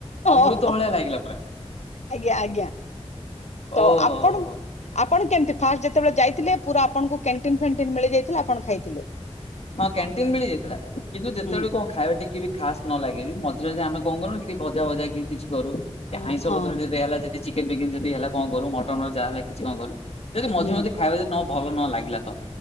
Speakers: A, on the left (about 80°); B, on the left (about 65°).
A: ହଁ।
B: ଅମୃତ ଭଳିଆ ଲାଗିଲା ପୁରା
A: ଆଜ୍ଞା ଆଜ୍ଞା ତ
B: ଓହୋ ହୋ
A: ଆପଣ
B: ହୋ।
A: ଆପଣ କେମିତି ଫାଷ୍ଟ ଯେତେବେଳେ ଯାଇଥିଲେ ପୁରା ଆପଣଙ୍କୁ କ୍ୟାଣ୍ଟିନ ଫ୍ୟାଣ୍ଟିନ୍ ମିଳିଯାଇଥିଲା ଆପଣ ଖାଇଥିଲେ?
B: ହଁ କ୍ୟାଣ୍ଟିନ୍ ମିଳି ଯାଇଥିଲା, କିନ୍ତୁ ଯେତେବେଳେ
A: ହୁଁ
B: ବି କଣ ଖାଇବା ଟିକେ ବି ଖାସ୍ ନ ଲାଗେ ବି ମଝିରେ ଯେ ଆମେ କଣ କରୁନୁ କି ଭଜା ଭଜା କି କିଛି କରୁ
A: ହଁ
B: ଏ ଆଇଁଷ
A: ହଁ
B: ପତ୍ର ଯଦି ହେଲା ଯେ ଏ ଚିକେନ୍ ଫିକେନ୍ ଯଦି ହେଲା କଣ କରୁ ମଟନ୍ ର ଯାହା ହେଲା କିଛି କଣ କରୁ ଯଦି ମଝି
A: ହୁଁ
B: ମଝି ଖାଇବା ଯଦି ନ ଭଲ ନ ଲାଗିଲା ତ